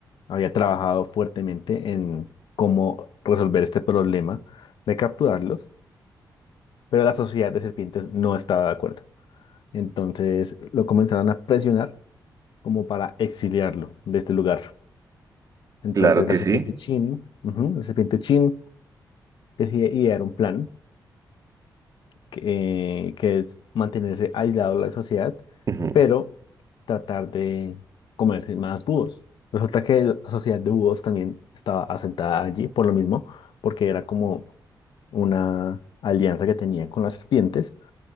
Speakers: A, on the left; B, on the right.
A: había trabajado fuertemente en cómo resolver este problema de capturarlos, pero la sociedad de serpientes no estaba de acuerdo. Entonces, lo comenzaron a presionar como para exiliarlo de este lugar. Entonces,
B: claro que
A: la serpiente
B: sí.
A: Chin, ujú, la serpiente Chin decide idear un plan que, que es mantenerse aislado de la sociedad,
B: Ujú,
A: pero tratar de comerse más búhos. Resulta que la sociedad de búhos también estaba asentada allí por lo mismo, porque era como una alianza que tenía con las serpientes,